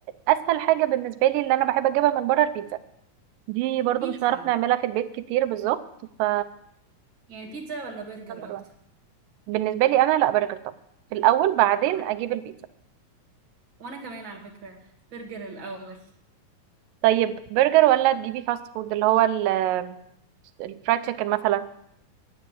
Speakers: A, on the right; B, on the right.
A: اسهل حاجه بالنسبه لي اللي انا بحب اجيبها من بره البيتزا دي برضو
B: بيتزا
A: مش هنعرف نعملها في البيت كتير بالظبط ف
B: يعني بيتزا ولا برجر
A: نمبر
B: اكتر
A: 1 بالنسبه لي انا لا برجر طبعا في الاول بعدين
B: آه.
A: اجيب البيتزا
B: وانا كمان على فكرة برجر الاول
A: طيب برجر ولا تجيبي فاست فود اللي هو ال- الفرايد تشيكن مثلا